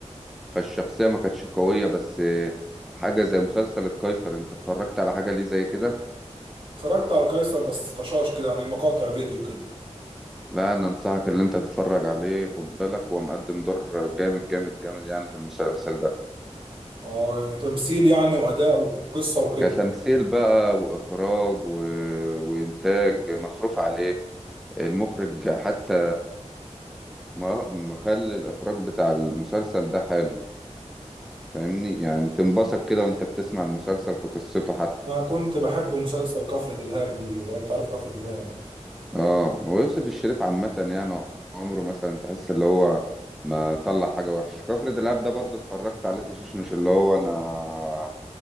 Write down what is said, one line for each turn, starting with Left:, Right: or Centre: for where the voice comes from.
Centre: فالشخصية ما كانتش قوية بس آه، حاجة زي مسلسل القيصر انت اتفرجت على حاجة ليه زي كده
Right: اتفرجت على القيصر بس طشاش كده يعني مقاطع فيديو كده
Centre: لا انا انصحك اللي انت تتفرج عليه خد بالك هو مقدم دور جامد جامد جامد يعني في المسلسل ده
Right: اه تمثيل يعني واداء وقصه وكده
Centre: كتمثيل بقى واخراج و... وانتاج مصروف عليه المخرج حتى م- مخلي الاخراج بتاع المسلسل ده حلو فاهمني يعني تنبسط كده وانت بتسمع المسلسل في قصته حتى
Right: انا كنت بحب مسلسل كفر دلهاب لي لو انت عارف كفر دلهاب
Centre: اه ويوسف الشريف عامة يعني عمره مثلا تحس اللي هو ما طلع حاجة وحشة كفر دلاب ده برضه اتفرجت عليه فشاش مش اللي هو انا